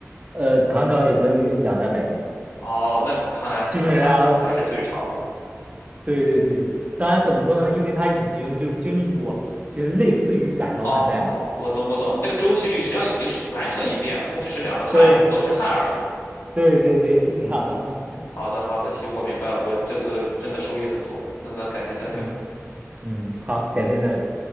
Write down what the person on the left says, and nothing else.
哦，那看来可能汉朝还是最长的了。
哦，我懂，我懂，你这个周期率实际上已经是完成一遍了，它只是两个汉都是汉而已。
好的，好的，行，我明白了，我这次真的收益很多。那咱改天再聊。